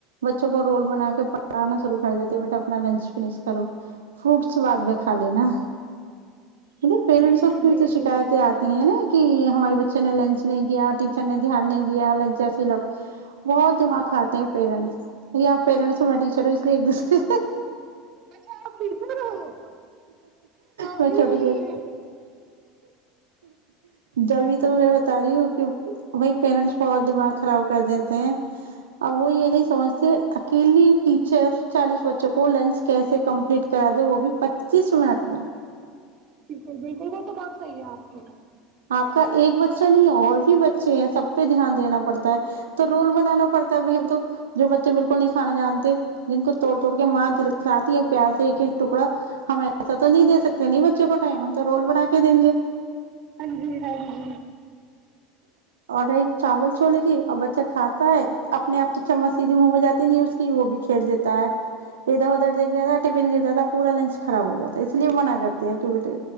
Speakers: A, on the right; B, on the right.
A: بچوں کو رول بنا کے پڑھانا شروع کر دیتے بیٹا اپنا لنچ فش کرو فروٹس بعد میں کھا لےینا مطلب پیرنٹسوں
B: جی بالکل
A: کی
B: بالکل
A: بھی تو شکایتیں آتی ہیں نا ہمارے بچے چ نے لنچ نہیں کیا ٹیچر نے دھیانانی نہیں دیا لنچ لٹ بہت دماغ کھاتے ہیں پیرنٹس یا پیرنٹس میں ٹیچر ہوں اس لیے ایکسرے
B: اچھا آپ ٹیچر ہو کبھی
A: میں چھوٹ گ جبھی تو میں بتا رہی ہوں کہ بائی پیرنٹس بہت دماغ خراب کر دیتے ہیں اب وہ یہ نہیں سمجھتے اکیلی ٹیچر چالیس بچوں کو لنچ کیسے کمپلیٹ کرا دے وہ بھی پچیس منٹ میں
B: بالکل بالکل وہ تو بات صحیح ہے آپ کی
A: آپ کا ایک بچہ نہیں ہے اور بھی بچے ہیں سب پہ دھیان دینا پڑتا تو رول بنانا پڑتا ہے بائی ہم تو جو بچے بالکل نہیں کانے جانتے جن کو توڑ توڑ کے ماں دلکھاتی ہے پیار سے ایک ایک ٹکڑا ہم ایسا تو نہیں دے سکتے نہیں بچوں کو ٹائم ہو تو رول بنا کے دیں گے
B: ہاں جی ہاں جی
A: اور ایک چاول چھوولے کی اور بچہ کھاتا ہے اپنے آپ تو چمچ سیدھی منہ میں جاتی نہیں اس کی وہ بھی کھیر دیتا ہے ادھر ادھر دیک رہا تھا ٹفن گر جاتا پورا لنچ خراب ہو جاتا ہے اس لیے منع کرتے ہیں کہ بیٹے